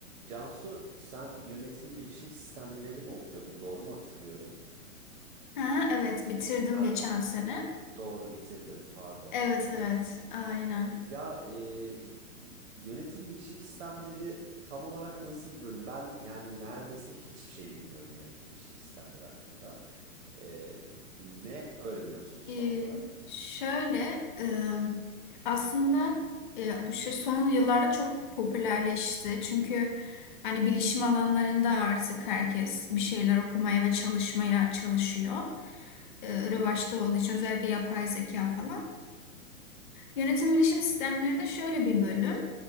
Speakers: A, on the right; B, on the left.
A: Cansu sen yönetim bilişim sistemleri mi okuyordun doğru mu hatırlıyorum?
B: Ha, evet bitirdim
A: Ha,
B: geçen sene.
A: doğru bitirdin pardon.
B: Evet evet aynen.
A: E, Ya e, yönetim bilişim sistemleri tam olarak nasıl bir bölüm? Ben yani neredeyse hiçbir şey bilmiyorum yönetim bilişim sistemleri hakkında. E, ne öğreniyorsunuz
B: Ee,
A: tam olarak?
B: şöyle e, aslında e, bu şey son yıllarda çok popülerleşti. Çünkü hani bilişim alanlarında artık herkes bir şeyler okumaya ve çalışmaya çalışıyor. Ee, revaçta olduğu için özellikle yapay zeka falan. Yönetim bilişim sistemleri de şöyle bir bölüm.